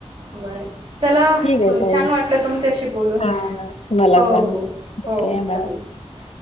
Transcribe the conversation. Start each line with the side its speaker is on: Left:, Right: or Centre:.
Right: बर चला.
Left: ठीक
Right: मला
Left: आहे ताई
Right: छान वाटलं तुमच्याशी बोलून
Left: हा मला
Right: हो
Left: पण
Right: हो हो
Left: ओके बाय.
Right: चालेल चालेल.